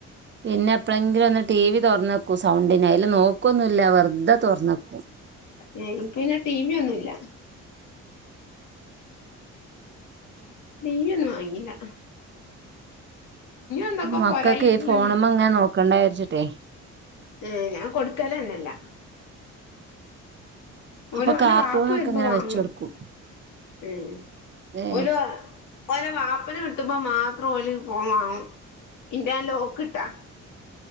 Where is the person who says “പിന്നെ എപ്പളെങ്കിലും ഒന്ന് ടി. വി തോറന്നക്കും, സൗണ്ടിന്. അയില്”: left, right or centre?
Right